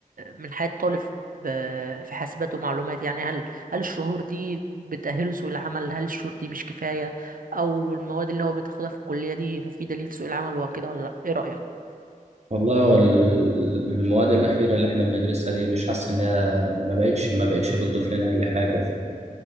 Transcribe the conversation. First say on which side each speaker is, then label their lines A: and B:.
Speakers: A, on the right; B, on the right.
A: من حياة طالب ب- في حاسبات ومعلومات يعني هل هل الشهور دي بتأهله سوق العمل هل الشهور دي مش كفاية أو المواد اللي هو بتاخدها في الكلية دي مفيدة ليه في سوق العمل وكده ولا لأ إيه رأيك؟
B: والله هو ال- المواد الاخيره اللي احنا بندرسها دي مش حاسس انها ما بقتش ما بقتش بتضيف لنا اي حاجه